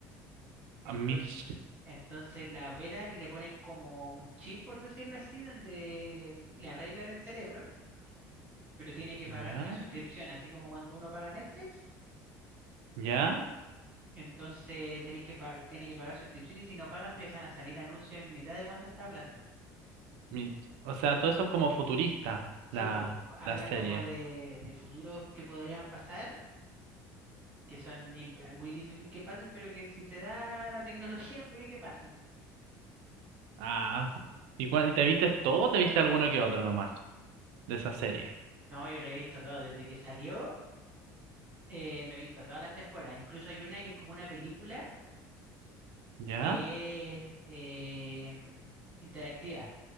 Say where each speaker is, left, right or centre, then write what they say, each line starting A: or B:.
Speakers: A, on the right (about 20°); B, on the right (about 80°).
A: Entonces,
B: a mis,
A: entonces la operan y le ponen como un chip, por decirlo así, donde le arreglan el cerebro pero tiene que pagar
B: ya,
A: una suscripción, así como cuando uno paga Netflix.
B: ya,
A: Entonces tenéis que pa- tiene que pagar suscripción y si no paga empiezan a salir anuncios en mitad de cuánto está hablando.
B: mis, o sea, todo eso es como futurista,
A: Sí,
B: la,
A: porque habla
B: la serie.
A: como de, de futuros que podrían pasar, que son imp- muy difícil que pasen, pero que si se da la tecnología puede que pasen.
B: Ah, ¿y, cuál y te viste todo o te viste alguno que otro nomás de esa serie?
A: No, yo lo he visto todo, desde que salió eh, me he visto todas las temporadas. Incluso hay una que es como una película
B: ¿Ya?
A: que es eh, interactiva.